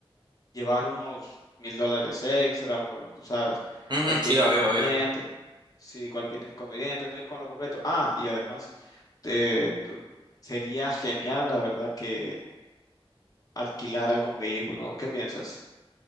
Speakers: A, on the left (about 35°); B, on the right (about 50°).
A: llevar unos mil dólares extra por, tú sabes,
B: Ujú,
A: cualquier
B: sí,
A: inconveniente.
B: obvio, obvio.
A: Sí, cualquier inconveniente, no ir con lo completo. Ah, y además, te- tú- sería genial, la verdad, que alquilar algún vehículo. ¿Qué piensas?